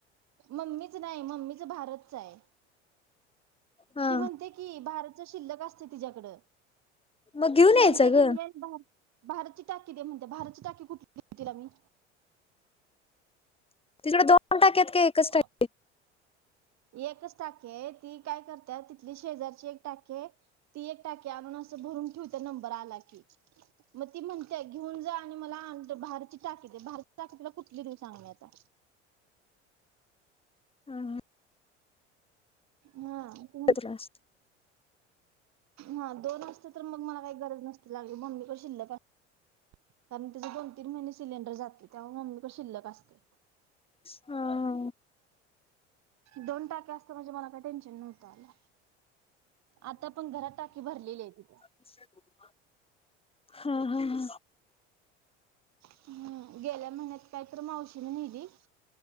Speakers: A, on the right; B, on the left.
A: मम्मीच नाही मम्मीच भारतचा आहे.
B: हा
A: ती म्हणते की भारतचा शिल्लक असतय तिच्याकड.
B: मग घेऊन
A: ती म्हणते
B: यायचं
A: की
B: ग
A: भ भारतची टाकी दे म्हणते भारतची टाकी कुठली देऊ तील मी.
B: तिजाकडे दोन टाक्या आहेत का एकच टाक
A: <inaudible> एकच टाकी आहे ती काय करत्यात तिथली शेजारची एक टाकी आहे ती एक टाकी आणून अस भरून ठेवते. तिचा नंबर आला की मग ती म्हणते घेऊन जा आणि मला आण भारत ताकीे भारच्या टाकीला कुठली देऊ सांग आता?
B: ह हां
A: हां
B: तुला असत
A: हा दोन असते तर मग मला काही गरज नसती लागली मम्मीकड शिल्लक असते कारण तिचं दोन तीन महिने सिलेंडर जाते त्यामुळं मम्मीकडं शिल्लक असतय
B: हा हा
A: दोन टाक्या असत्या म्हणजे मला काय टेन्शन नव्हतं आलं आता पण घरात टाकी भरलेली आहे ती
B: अ हा हा हा
A: हम्म गेल्या महिन्यात काय तर मावशीनं न्हीली